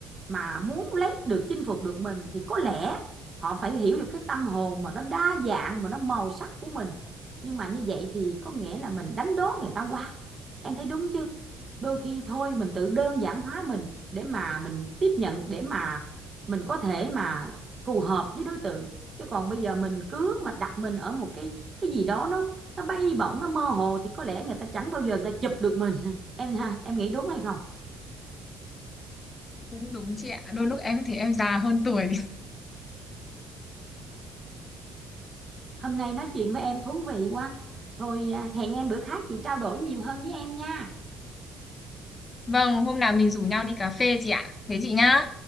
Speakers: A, on the right; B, on the left.
A: mà muốn lấy được chinh phục được mình thì có lẽ họ phải hiểu được cái tâm hồn mà nó đa dạng mà nó màu sắc của mình nhưng mà như vậy thì có nghĩa là mình đánh đố người ta quá em thấy đúng chưa đôi khi thôi mình tự đơn giản hóa mình để mà mình tiếp nhận để mà mình có thể mà phù hợp với đối tượng chứ còn bây giờ mình cứ mà đặt mình ở một cái cái gì đó nó nó bay bổng nó mơ hồ thì có lẽ người ta chẳng bao giờ người ta chụp được mình <laughs> em ha em nghĩ đúng hay không
B: Cũng đúng chị ạ. Đôi lúc em thấy em già hơn tuổi.
A: hôm nay nói chuyện với em thú vị quá thôi à, hẹn em bữa khác chị trao đổi nhiều hơn với em nha
B: <laughs> Vâng, hôm nào mình rủ nhau đi cà phê chị ạ. Thế chị nhá.